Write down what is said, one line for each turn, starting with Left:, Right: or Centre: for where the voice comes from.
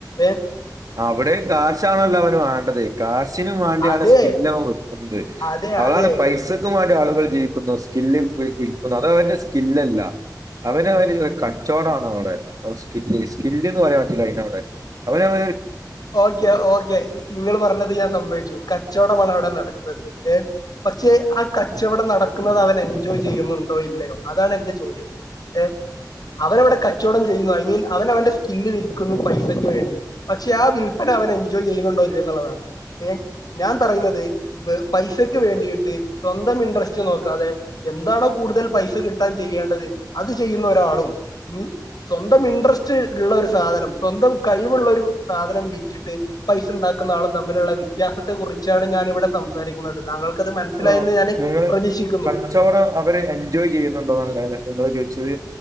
Left: ഏ
Right: അവിടെ കാശാണല്ലൊ അവനങ്ങ ത് കാശിന് വേണ്ടിയാണ്
Left: അതെ
Right: സ്കില്ലവൻ വിക്കുന്നത്.
Left: അതെ
Right: അതാണ്
Left: അതെ
Right: പൈസക്ക വേണ്ടി ആളുകൾ വിൽക്കുന്നു സ്കില്ല് <unintelligible> അതവന്റെ സ്കില്ലല്ല അവന അവര് കച്ചോടാണ് അവടെ സ്ക സ്ക ഇന്ന് പറയാൻ പറ്റില്ല അയ്നവിടെ അവന അവ
Left: ഓക്കെ ഓക്കെ നിങ്ങൾ പറഞ്ഞത് ഞാൻ സമ്മേച്ചു കച്ചോടമാണ് അവിടെ നടക്കുന്നത്. ഏ പക്ഷേ ആ കച്ചവടം നടക്കുന്നത് അവൻ എൻജോയ് ചെയ്യുന്നുണ്ടോ ഇല്ലയോ അതാണ് എന്റെ ചോദ്യം ഏ അവനവിടെ കച്ചോടം ചെയ്യുന്നു ഐ മീൻ അവൻ അവന്റെ സ്കില്ല് വിൽക്കുന്നു പൈസക്ക് വേണ്ടി പക്ഷെ ആ വില്പ്പന അവൻ എൻജോയ് ചെയ്യുന്നുണ്ടോ ഇല്ല്യോന്നുള്ളതാണ്. ഏ ഞാൻ പറയുന്നത് പൈസക്ക് വേണ്ടിയിട്ട് സ്വന്തം ഇൻട്രസ്റ്റ് നോക്കാതെ എന്താണോ കൂടുതൽ പൈസ കിട്ടാൻ ചെയ്യേണ്ടത് അത് ചെയ്യുന്ന ഒരാളും ഉം സ്വന്തം ഇൻട്രസ്റ്റ് ഉള്ള ഒരു സാധനം സ്വന്തം കഴിവുള്ള ഒരു സാധനം വിറ്റിട്ട് പൈസ ഉണ്ടാക്കുന്ന ആളും തമ്മിലുള്ള വ്യത്യാസത്തെ കുറിച്ചാണ് ഞാൻ ഇവിടെ സംസാരിക്കുന്നത് താങ്കൾക്കത് മനസ്സിലായെന്ന്
Right: അ
Left: ഞാൻ
Right: നിങ്ങള്
Left: പ്രതീക്ഷിക്കുന്നു
Right: കച്ചവടം അവര് എൻജോയ് ചെയ്യുന്നുണ്ടോന്ന നിങ്ങള്ോ ശരി